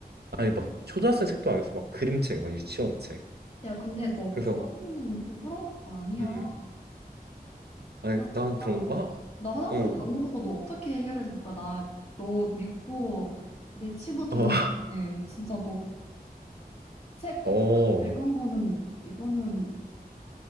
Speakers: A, on the right; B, on the left.
A: 아니 막 초등학생 책도 아니었어 막 그림책 막 유치원 책.
B: 야, 근데 너
A: 그래서
B: 그 정도는 부끄러운 것도 아니야.
A: 음 아니
B: 나 진짜,
A: 난 그런가?
B: 나 화장실에서
A: 어.
B: 밥 먹은 거 너 어떻게 해결해 줄 거야? 나 너 믿고 내 치부 드러냈는데,
A: 어.
B: 진짜 너 책
A: 어,
B: 읽은 거는, 이거는